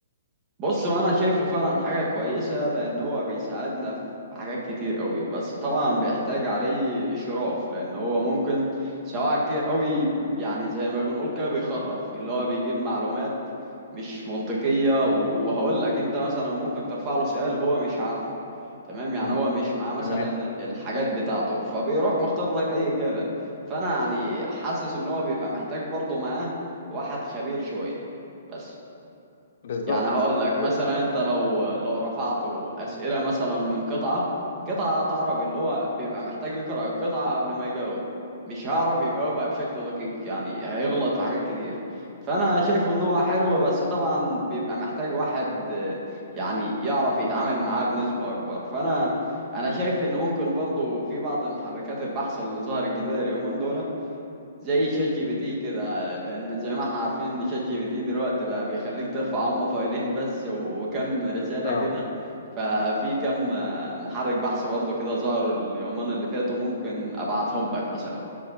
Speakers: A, on the right (about 30°); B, on the left (about 60°).
A: بص هو انا شايفه فعلا حاجة كويسة لان هو بيساعدنا في حاجات كتير قوي بس طبعا بيحتاج عليه اشراف لان هو ممكن سواء كتير قوي يعني زي ما بنقول كده بيخرف اللي هو بيجيب معلومات مش منطقية و- وهقول لك انت مثلا ممكن ترفع له سؤال هو مش عارفه تمام يعني
B: امم
A: هو مش معاه مثلا
B: تمام
A: الحاجات بتاعته فبيروح مختار لك اي اجابة فانا يعني حاسس ان هو بيبقى محتاج برضه معاه واحد خبير شوية بس
B: بالظبط
A: يعني هقول لك
B: بالظبط
A: مثلا انت لو لو رفعت له اسئله مثلا من قطعه قطعه عربي اللي هو بيبقى محتاج يقرا القطعه قبل ما يجاوب مش هيعرف يجاوبها بشكل دقيق يعني هيغلط في حاجات كتير فانا شايفه ان هو حلو بس طبعا بيبقى محتاج واحد آه، يعني يعرف يتعامل معاه بنسبه اكبر فانا انا شايف ان ممكن برضه في بعض محركات البحث اللي ظهرت جديده اليومين دول زي شات جي بي تي كده لان زي ما احنا عارفين ان شات جي بي تي دلوقتي بقى بيخليك ترفع هم فايلين بس و- وكم رسالة
B: امم
A: كده ففي كم آه، محرك بحث برضه كده ظهر اليومين اللي فاتوا ممكن ابعتهم لك مثلا